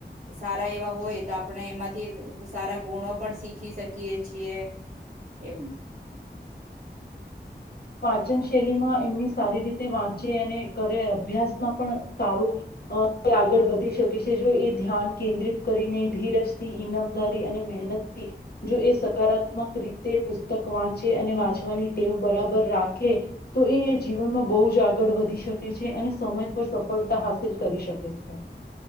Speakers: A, on the right; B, on the left.
A: સારા એવા હોય તો આપણે એમાંથી સારા ગુણો પણ શીખી શકીએ છીએ એમ
B: વાંચન શૈલીમાં એમની સારી રીતે વાંચે અને કરે અભ્યાસમાં પણ સારું એ આગળ વધી શકે છે જો એ ધ્યાન કેન્દ્રિત કરીને ધીરજથી ઈમાનદારી અને મહેનતથી જો એ સકારાત્મક રીતે પુસ્તક વાંચે અને વાંચવાની ટેવ બરાબર રાખે તો એ જીવનમાં બહુ જ આગળ વધી શકે છે અને સમય પર સફળતા હાસિલ કરી શકે છે